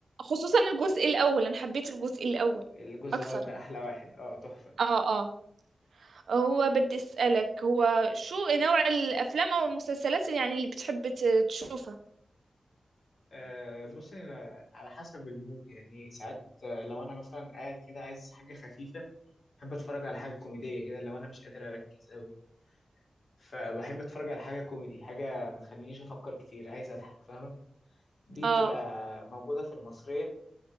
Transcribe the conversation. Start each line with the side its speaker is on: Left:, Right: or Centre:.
Right: خصوصا الجزء الاول انا حبيت الجزء الاول
Left: الجزء
Right: اكثر
Left: الأول ده أحلى واحد اه تحفة
Right: اه اه هو بدي اسالك هو شو نوع الافلام او المسلسلات يعني اللي بتحب ت- تشوفها
Left: آه بص أنا على حسب المود يعني ساعات آه، لو أنا مثلا قاعد كده عايز حاجة خفيفة بحب أتفرج على حاجة كوميدية كده لو أنا مش قادر أركز قوي فبحب أتفرج على حاجة كوميدي حاجة ما تخلينيش أفكر كتير عايز أضحك فاهمة دي
Right: اه
Left: بتبقى موجودة في المصرية